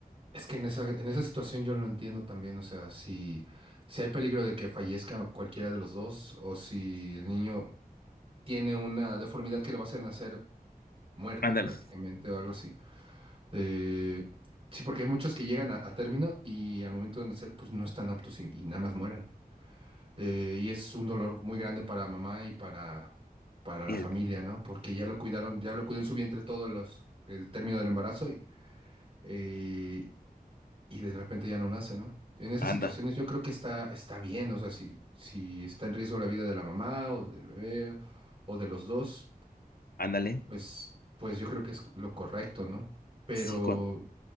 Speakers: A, on the right; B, on the left.
A: es que en esa, en esa situación yo lo entiendo también. O sea, si, si hay peligro de que fallezca cualquiera de los dos, o si el niño tiene una deformidad que le va a hacer nacer muerto
B: Ándale.
A: prácticamente o algo así. Eh, sí, porque hay muchos que llegan a, a término y al momento de nacer, pues no están aptos y, y nada más mueren. Eh, y es un dolor muy grande para mamá y para, para la
B: Y
A: familia,
B: el,
A: ¿no? Porque ya lo cuidaron, ya lo cuidó en su vientre todo los, el término del embarazo y, eh, y de repente ya no nace, ¿no? En esas
B: anda,
A: situaciones yo creo que está, está bien, o sea, si, si está en riesgo la vida de la mamá o del bebé o de los dos,
B: ándale.
A: pues, pues yo creo que es lo correcto, ¿no? Pero
B: Sí, cua-